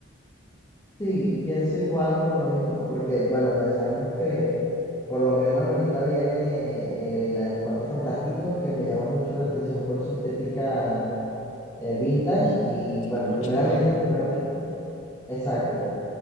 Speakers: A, on the left (about 15°); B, on the left (about 80°).
A: sí, pienso igual por lo mismo, porque bueno, ya sabemos que por lo menos ahorita viene eh, la de los Cuatro Fantásticos, que me llama mucho la atención por su estética eh, vintage y
B: sí,
A: bueno,
B: como
A: primeramente,
B: ochentera.
A: primeramente, exacto.